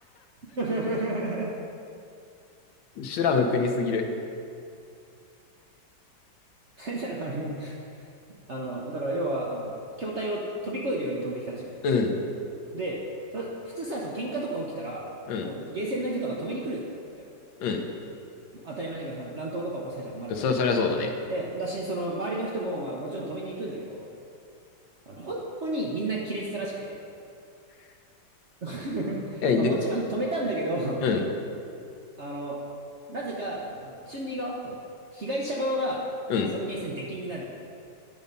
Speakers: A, on the right (about 55°); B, on the left (about 75°).
A: <laughs> 灰
B: <laughs> 修羅の国すぎる。
A: 皿がもう、あの、だから要は、あの、筐体を飛び越えるように飛んできたらしくて。
B: うん、
A: で、そ普通さ、そう、喧嘩とか起きたら、
B: うん、
A: もう、ゲーセンの人とか止めに来るんだよ。
B: うん。
A: 当たり前だけど、その乱闘とか起こされちゃ困るから。
B: そ、そりゃそうだね。
A: で、だし、その、周りの人も、まあ、もちろん止めに行くんだけど、あの、本当にみんな亀裂したらしくて。<laughs>
B: え、
A: まあ、
B: で
A: もちろん止めたんだけど、<laughs>
B: うん、
A: あの、なぜか、あの、そのチュンリー側、その被害者側が、
B: うん。
A: そのゲーセン出禁になるっていう。